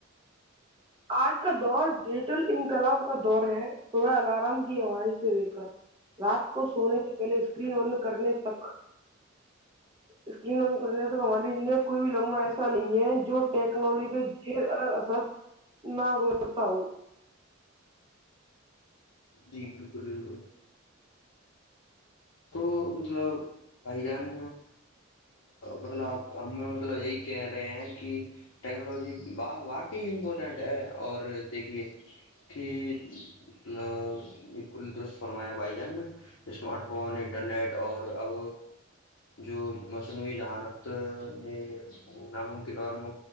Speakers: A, on the right (about 25°); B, on the left (about 80°).
A: آج کا دور ڈیجیٹل انقلاب کا دور ہے سو الارم کی آواز سے لے کر رات کو سونے سے پہلے اسکرین بند کرنے تک اسکرین بند کرنے تک ہماری انڈیا کوئی بھی لمبا ایسا نہیں ہے جو ٹیکنالوجی کے اثر نہاگ درتا ہ
B: جی بالکل بالکل تو مطلب بھائی جان مطلب آ ہم مطلب یہی کہہ رہے ہیں کہ ٹیکنالوجی واقی امپورٹینٹ ہے اور دیکھیے کہب بالکل درست فرمایا بھائی جان اسمارٹ فون انٹرنیٹ اور اب جو مصنوعی ذہانت نے ناممکن اور